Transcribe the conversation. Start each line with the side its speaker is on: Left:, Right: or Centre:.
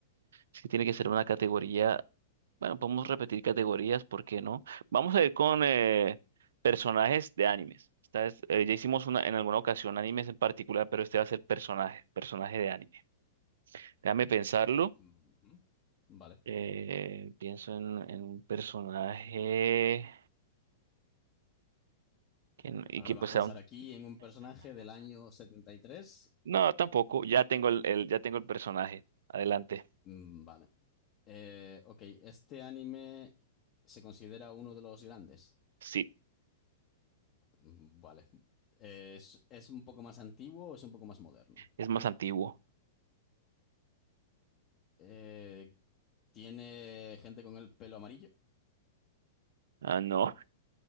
Right: Es que tiene que ser una categoría. Bueno, podemos repetir categorías, ¿por qué no? Vamos a ir con eh, personajes de animes. Esta vez, eh, ya hicimos una, en alguna ocasión animes en particular, pero este va a ser personaje, personaje de anime. Déjame pensarlo.
Left: Ujú, Vale.
Right: Eh, pienso en, en un personaje que, n- y
Left: Ahora
Right: que
Left: me
Right: pues
Left: va a
Right: sea
Left: pensar
Right: un-
Left: aquí en un personaje del año 73.
Right: No, tampoco. Ya tengo el, el- ya tengo el personaje. Adelante.
Left: Mm, Vale. Eh, ok, este anime se considera uno de los grandes.
Right: Sí,
Left: Mm, Vale. ¿Es, es un poco más antiguo o es un poco más moderno?
Right: es más antiguo.
Left: Eh, ¿tiene gente con el pelo amarillo?
Right: Ah, no,